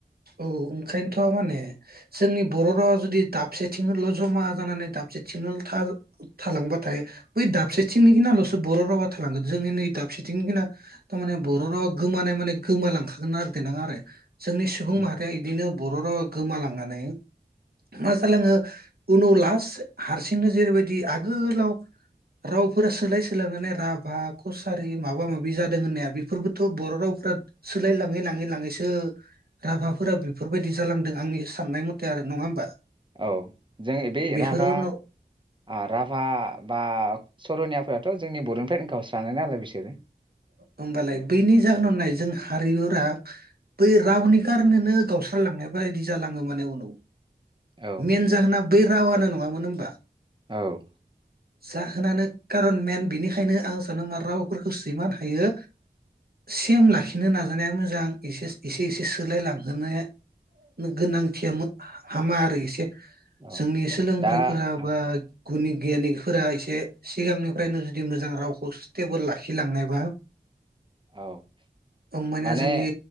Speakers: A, on the right; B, on the right.
A: औ ओंखायनोथ माने जोंनि बर' रावा जुदि दाबसेथिंनोल जमा जानानै दाबसेथिंनो था थालांबाथाय बै दाबसेथिंनिखिनियालसो बर' रावा थालांगोन जोंनि नै दाबसेथिंनिखना थारमाने बर' रावा गोमानाय माने गोमालांखागोन आरो देनां जोंनि सुबुं
B: उम।
A: माहारिया इदिनो बर' रावा गोमालांनानै मा जालाङो उनाव लास्ट हारसिंनो जेरैबायदि आगोलाव रावफोरा सोलाय सोलायनानै राभा कसारि माबा माबि जादों होननाया बेफोरबोथ बर' रावफोरा सोलाय लाङै लाङै लाङैसो राभाफोरा बेफोरबायदि जालांदों आंनि साननाय मथे आरो नंङा होमबा?
B: औ जों बे
A: बेफोरो
B: राभा
A: उनाव
B: ओ राभा बा सरनियाफोराथ' जोंनि बर'निफ्रायनो गावस्रानाय नालाय बिसोरो
A: होमबालाय बैनि जाहोनाव नाय हारिगोरा जों बै रावनि कारनिनो गावस्रालांनाय बायदि जालाङो माने उनाव
B: औ
A: मेन जाहोना बै रावानो नङामोन होनबा
B: औ
A: जाहोनानो कारन मेन बिनिखायनो आं साननो मा रावफोरखौ बिमा थायो सेम लाखिनो नाजानाया मोजां एसेस एसे एसे सोलाय लांहोनाया गोनांथिया हामा आरो एसे
B: औ
A: जोंनि सोलोंग्रोफोरा
B: दा ओं,
A: बा गुनि गियानिफोरा एसे सिगांनिफ्रायनो जुदि मोजां रावखौ स्टेबोल लाखि खिलांनायबा
B: औ
A: होमबानिया
B: माने
A: जोंनि